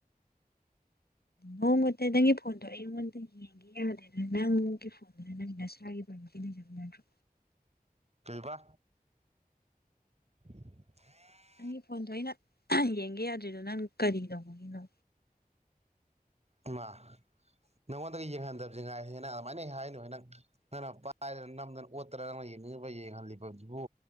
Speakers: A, on the left; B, on the right.
A: ꯍ ꯃꯦ ꯅꯪꯤ <unintelligible> ꯐꯣꯟꯗꯣ ꯑꯩꯉꯣꯟꯗꯪꯤ ꯪ ꯌꯥꯗꯦ ꯑꯗꯨ ꯅꯪꯒꯤ ꯐꯣꯟꯗꯨꯗ ꯅꯪꯒꯤ ꯅꯁ꯭ꯔꯥꯒꯤ ꯄꯕꯗꯤ ꯂꯩꯖꯕ ꯅꯠꯇ꯭ꯔꯣ
B: ꯀꯩꯑꯥꯕ <inaudible>
A: ꯅꯪꯒꯤ ꯐꯣꯟꯗꯣ ꯑꯩꯅ ꯌꯦꯡꯒꯦ ꯌꯥꯗ꯭ꯔꯤꯗꯣ ꯅꯪ ꯀꯔꯤ ꯇꯧꯕꯥꯒꯤꯅꯣ
B: ꯏꯃꯥ ꯅꯪꯉꯣꯟꯗꯒꯤ ꯌꯦꯡꯍꯟꯗꯕꯁꯦ ꯉꯥꯏꯔꯦ ꯍꯦ ꯑꯗꯨꯃꯥꯏꯅ ꯍꯦꯛ ꯍꯥꯏꯅꯨ ꯍꯦ ꯅꯪ ꯅꯪꯅ ꯄꯥꯏꯗꯅ ꯅꯝꯗꯅ ꯑꯣꯠꯇꯅꯥ ꯅꯪꯅ ꯌꯦꯡꯅꯤꯡꯉꯤꯕ ꯌꯦꯡꯍꯜꯂꯤꯕꯁꯤꯕꯨ